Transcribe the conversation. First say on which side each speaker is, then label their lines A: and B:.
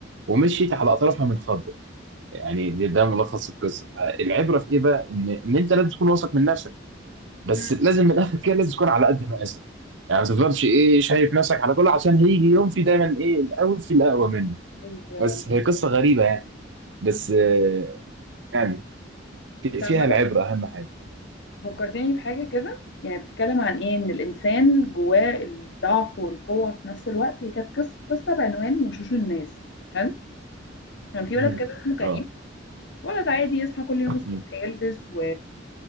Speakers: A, on the right; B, on the left.
A: ومشيت على أطرافها من خضة يعني ده, ده ملخص القصة فالعبرة في إيه بقى إن إن أنت لازم تكون واثق من نفسك بس
B: امم
A: لازم من الآخر كده لازم تكون على قد مقاسك يعني ما تفضلش إيه شايف نفسك على كله عشان هيجي يوم في دايما إيه الأول في الأقوى منه
B: بالظبط
A: بس هي قصة غريبة يعني بس
B: انت
A: آه، يعني في-
B: عامه
A: فيها العبرة أهم حاجة
B: فكرتني بحاجه كده يعني بتتكلم عن ايه ان الانسان جواه الضعف والقوه في نفس الوقت هي كانت قصه قصه بعنوان وشوش الناس حلو كان في
A: مم.
B: ولد كده اسمه كريم
A: اه
B: ولد عادي يصحى كل يوم
A: مم.
B: الصبح يلبس و